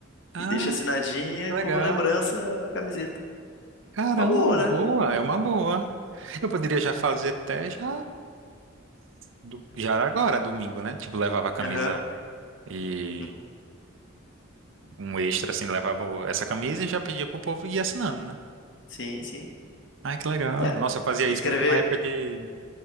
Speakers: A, on the right; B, on the left.
A: Hum.
B: E deixa assinadinha
A: Legal.
B: como lembrança a camiseta.
A: Caramba,
B: Uma boa, né?
A: boa, é uma boa. Eu poderia já fazer até já, do- já agora, domingo, né? Tipo, levava a camisa
B: Aham.
A: e
B: Hum,
A: um extra, assim, levava o- essa camisa e já pedia pro povo ir assinando, né?
B: Sim, sim.
A: Ai, que legal.
B: É,
A: Nossa, eu fazia
B: escrever
A: isso muito na época de,